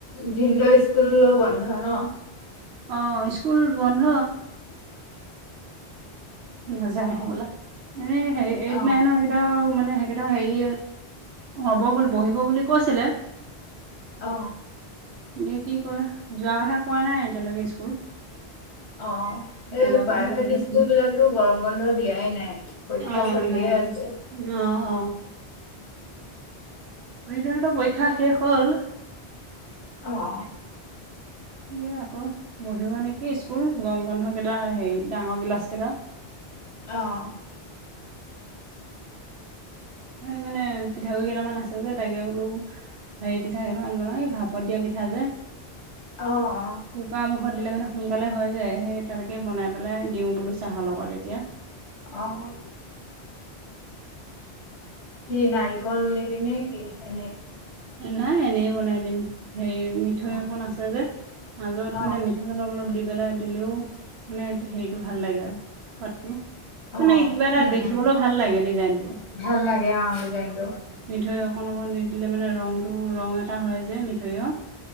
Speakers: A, on the left (about 75°); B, on the right (about 75°).
A: ভিন্দও স্কুল বন্ধ ন।
B: অঁ স্কুল বন্ধ। নাযায়
A: অ
B: হবলা, এই এইত
A: অ
B: নাইন এইটৰ মানে সেইকেইটা হেৰি হ'ব বুলি বহিব বুলি কৈছিলে।
A: অ
B: এতিয়া কি কৰে, যোৱা কথা কোৱা নাই এতিয়ালৈকে স্কুল।
A: অঁ
B: নাযাব
A: এই প্ৰাইভেট
B: চাগে
A: স্কুল বিলাকতো গৰম বন্ধ দিয়াই নাই। পৰীক্ষা
B: অ
A: চলিয়ে
B: নাই দিয়া
A: আছে
B: অঁ অঁ ভিনদেউ হতৰঁ ত পৰীক্ষা শেষ হ'ল।
A: অঁ অঁ
B: এতিয়া আকৌ পঢ়িব নেকি, স্কুল গম বন্ধ কেইটা হেৰি ডাঙৰ ক্লাছ কেইটা।
A: অঁ
B: স মানে পিঠাগুৰিকেইটামান আছে যে তাকে বোলো হেৰি পিঠা কেইকান বনাও, এই ভাপত দিয়া পিঠা যে।
A: অ অঁ
B: কুকাৰ মুখত দিলে মানে সোনকালে হয় যে, সেই তেনেকে বনাই পেলাই দিওঁ বোলো চাহৰ লগত এতিয়া।
A: অঁ শুনি। কি নাৰিকল নিবি নে কি? এনেই
B: নাই এনেই বনাই দিম। সেই মিঠৈ
A: অ
B: অকন আছে যে মাজত
A: অ
B: মানে মিঠ অলপ অলপ দি পেলাই দিলেও মানে হেৰিটো ভাল লাগে আও সোৱাদটো।
A: অ
B: মানে কিবা এটা
A: উম
B: দেখিবলো
A: উম
B: ভাল লাগে ডিজাইনটো।
A: ভাল লাগে অ ডিজাইনটো
B: মিঠৈ অকণ অকণ নি দিলে মানে ৰংটো ৰং এটা হয় যে মিঠৈঅ।